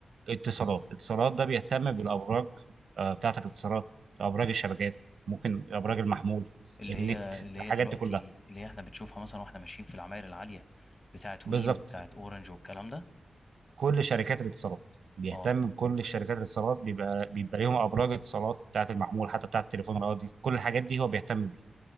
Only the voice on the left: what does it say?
اللي
هي اللي هي
دلوقتي
اللي هي احنا بنشوفها مثلا واحنا ماشيين في العماير العاليه بتاعت
وي وبتاعت اورنج والكلام ده
اه